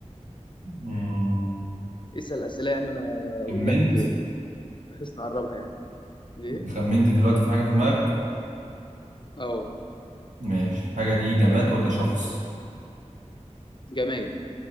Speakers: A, on the right; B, on the left.
A: امم
B: اسال اسئله يعني وانا اقول
A: خمنت
B: لك آه، بحيث نقربها يعني ايه
A: خمنت دلوقتي في حاجة في دماغك
B: اه
A: ماشي الحاجة دي جماد ولا شخص
B: جماد